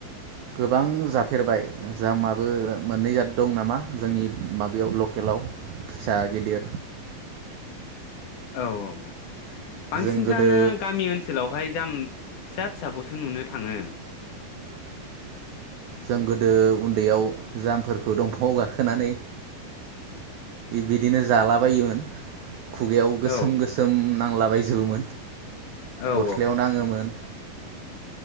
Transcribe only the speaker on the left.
औ औ औ बांसिनखौनो
गामि ओनसोलावहाय जाम फिसा फिसाखौसो नुनो थाङो।
औ
औ